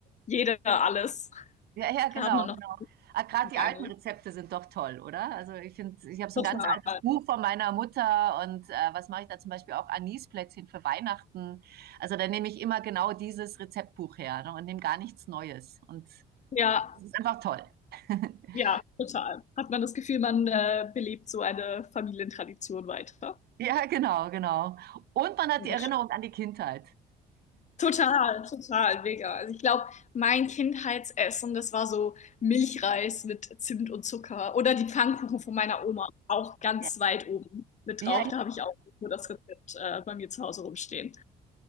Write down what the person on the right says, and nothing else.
Ja, ja, genau,
genau.
Ah, gerade die
alten Rezepte sind doch toll, oder? Also ich finde, ich habe so
ein ganz altes Buch von meiner Mutter und äh, was mache ich da zum Beispiel auch Anisplätzchen für Weihnachten. Also da nehme ich immer genau dieses Rezeptbuch her, ne, und nehme gar nichts Neues. Und es
ist einfach toll. <laughs>
Ja, genau, genau. Und man hat
die Erinnerung
an die Kindheit.
Ja,
ja.